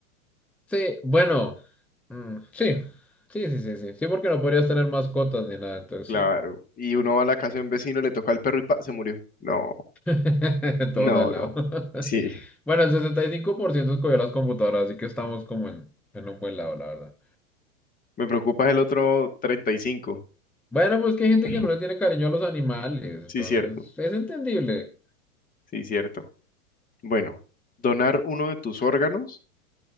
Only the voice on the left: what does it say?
claro.
Y uno va a la casa de un vecino, le toca al perro y pa, se murió. No,
no,
no.
Sí,
me preocupa el otro 35.
<laughs>
Sí,
cierto,
sí, cierto. Bueno, donar uno de tus órganos